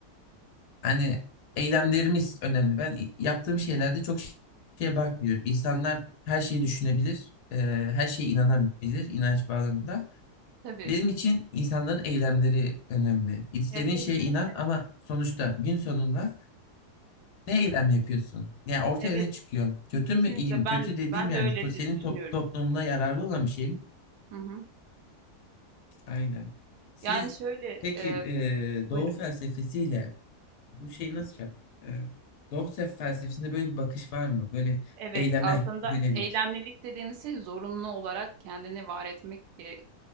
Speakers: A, on the left; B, on the right.
A: Hani eylemlerimiz önemli. Ben i- yaptığım şeylerde çok ş- şeye bakmıyorum. İnsanlar her şeyi düşünebilir, e, her şeye inanabilir inanç bağlamında.
B: tabii.
A: Benim için insanların eylemleri önemli. İstediğin
B: Ya kesinlikle.
A: şeye inan ama sonuçta gün sonunda ne eylem yapıyorsun? Yani ortaya
B: Evet,
A: ne çıkıyor? Kötü
B: kesinlikle
A: mü, iyi mi?
B: ben
A: Kötü dediğim
B: ben
A: yani
B: de öyle
A: to
B: dü-
A: senin
B: düşünüyorum.
A: top toplumuna yararlı olan bir şey mi?
B: Hı hı.
A: Aynen. Siz
B: Yani şöyle,
A: peki
B: eee
A: e,
B: buyurun.
A: Doğu felsefesiyle Bu şeyi nasıl şey yap? E, Dostoyev felsefesinde böyle bir bakış var mı? Böyle
B: Evet,
A: eyleme
B: aslında
A: yönelik.
B: eylemlilik dediğimiz şey zorunlu olarak kendini var etmek e,